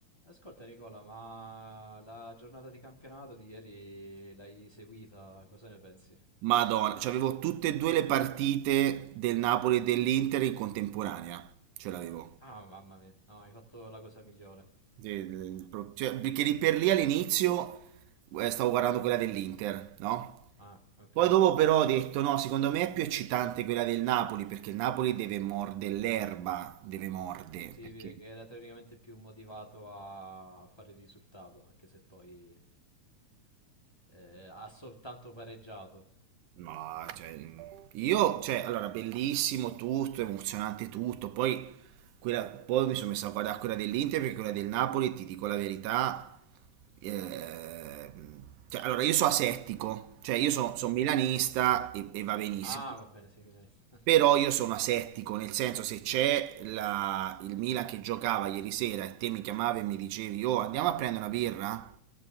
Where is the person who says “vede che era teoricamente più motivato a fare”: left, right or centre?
Left